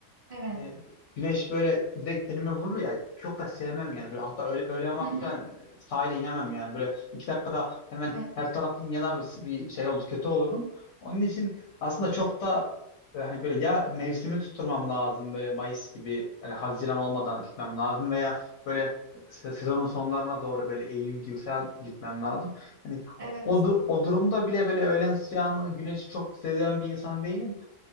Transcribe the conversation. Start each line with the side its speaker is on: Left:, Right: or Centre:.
Right: Evet.
Left: e, güneş böyle direkt tenime vurur ya çok da sevmem yani. Böyle, hatta öğle, öğlen vakti
Right: Hı hı.
Left: ben e, sahile inemem yani. Böyle iki dakikada hemen
Right: Evet.
Left: her tarafım yanar bir, bir şey oldu kötü olurum. Onun için aslında çok da yani böyle ya mevsimi tutturmam lazım böyle Mayıs gibi hani Haziran olmadan gitmem lazım veya böyle se- sezonun sonlarına doğru böyle Eylül gibi falan gitmem lazım. Hani
Right: Evet.
Left: o, o, du- o durumda bile böyle öğlen sıcağını, güneşi çok seven bir insan değilim